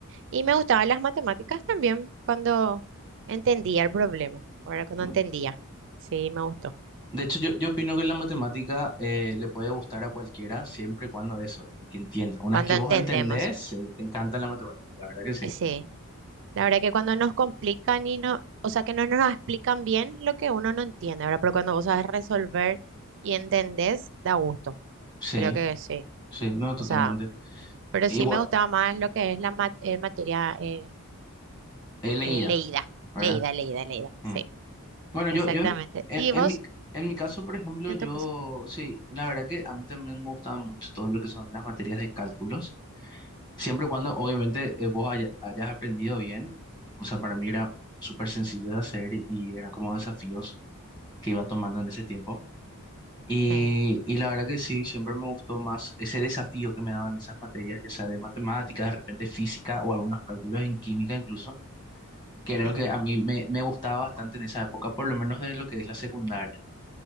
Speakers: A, on the right (about 55°); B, on the left (about 20°).
A: Y me gustaban las matemáticas también cuando entendía el problema, ¿verdad? Cuando
B: mm.
A: entendía, sí, me gustó.
B: De hecho, yo, yo opino que la matemática eh, le puede gustar a cualquiera siempre y cuando eso, ¿verdad? Que entienda. Una
A: Cuando
B: vez que
A: entendemos,
B: vos entendés, sí, te encanta la matemática, la verdad que sí.
A: eh, sí. La verdad que cuando nos complican y no, o sea, que no nos explican bien lo que uno no entiende, ¿verdad? Pero cuando vos sabes resolver y entendés, da gusto.
B: Sí,
A: Creo que sí.
B: sí, no, totalmente.
A: O sea, pero
B: Igual,
A: sí me gustaba más lo que es la ma- eh, materia eh,
B: he leído,
A: eh, leída,
B: ¿verdad?
A: leída, leída, leída.
B: Mm.
A: Sí,
B: Bueno,
A: exactamente.
B: yo, yo en, en-
A: ¿Y
B: en
A: vos,
B: mi, en mi caso, por ejemplo,
A: en
B: yo,
A: tu caso?
B: sí, la verdad que a mí también me gustaban mucho todo lo que son las materias de cálculos, siempre y cuando, obviamente, eh, vos haya- hayas aprendido bien. O sea, para mí era súper sencillo de hacer y y eran como desafíos que iba tomando en ese tiempo. Y,
A: Eh,
B: y la verdad que sí, siempre me gustó más ese desafío que me daban esas materias, ya sea de matemáticas, de repente física o algunos cálculos en química incluso, que era
A: ah,
B: lo que a mí me, me gustaba bastante en esa época, por lo menos de lo que es la secundaria.